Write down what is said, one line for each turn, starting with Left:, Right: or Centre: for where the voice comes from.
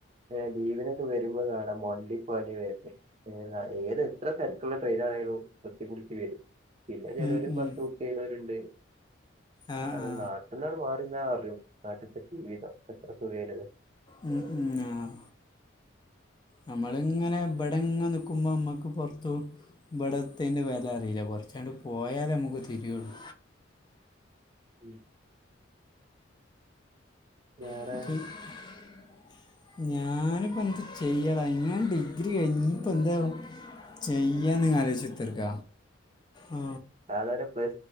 Right: ഏ ലീവിനൊക്കെ വരുമ്പോ കാണാം മണ്ടിപ്പാഞ്ഞ് വര് ഏത് എത്ര തിരക്കുള്ള <unintelligible> പിന്നെ ചെലര്
Left: ഉം ഉം.
Right: ബസ് ബുക്ക് ചെയ്യുന്നവരുണ്ട്
Left: ആ
Right: അത്
Left: ആ
Right: നാ എന്താണ് മാറിന്ന അറിയു നാട്ടത്തെ ജീവിതം എത്ര സുഖനുന്ന്
Left: ഉം ഉം ആഹ് നമ്മളിങ്ങനെ ബടെ ഇങ്ങങ് നിൽക്കുമ്പോൾ നമ്മുക്ക് പുറത്തു ഇവിടത്തിന്റെ വില അറിയില്ല കുറച്ചാണ്ട് പോയാലേ നമുക്ക് തിരിയുള്ളൂ
Right: <inaudible> വേറെ
Left: <inaudible> ഞാനിപ്പ എന്ത് ചെയ്യടാ ഞാൻ ഡിഗ്രി കഴിഞ്ഞപ്പ എന്ത ചെയ്യാ ന്ന് ആലോചിത്തർക്ക ആ
Right: <unintelligible> കഴനി